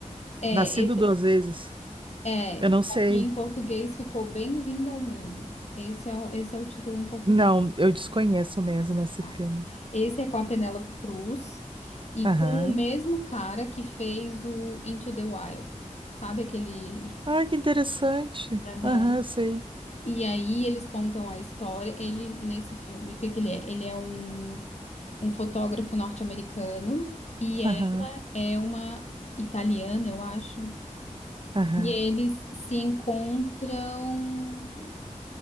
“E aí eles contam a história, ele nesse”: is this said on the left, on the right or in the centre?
Left